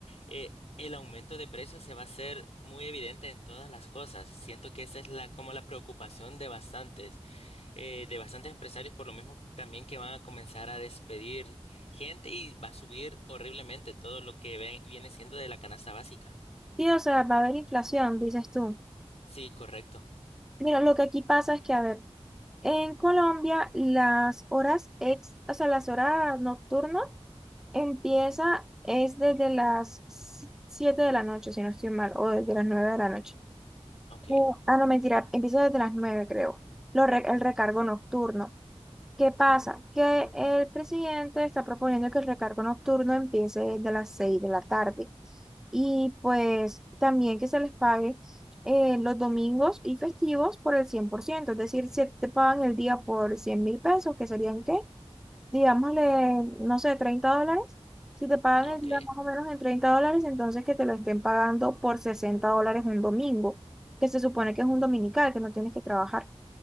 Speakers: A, on the left; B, in the centre.
A: eh, el aumento de precios se va a hacer muy evidente en todas las cosas. Siento que esa es la como la preocupación de bastantes. eh, de bastantes empresarios por lo mismo también que van a comenzar a despedir gente y va a subir horriblemente todo lo que ven- viene siendo de la canasta básica.
B: sí, o sea, va a haber inflación, dices tú.
A: Sí, correcto.
B: Mira, lo que aquí pasa es que, a ver, En Colombia, las horas ex, o sea, las horas nocturnas empieza es desde las si- 7 de la noche, si no estoy mal, o desde las 9 de la noche.
A: Ok,
B: Eh, ah, no, mentira, empieza desde las 9 creo. Lo re- el recargo nocturno. ¿Qué pasa? Que el presidente está proponiendo que el recargo nocturno empiece desde las 6 de la tarde y pues también que se les pague eh, los domingos y festivos por el cien por ciento es decir, si te pagan el día por cien mil pesos, que serían qué, digámosle, no sé, 30 dólares, si te pagan
A: ok,
B: el día más o menos en 30 dólares, entonces que te lo estén pagando por 60 dólares un domingo, que se supone que es un dominical, que no tienes que trabajar.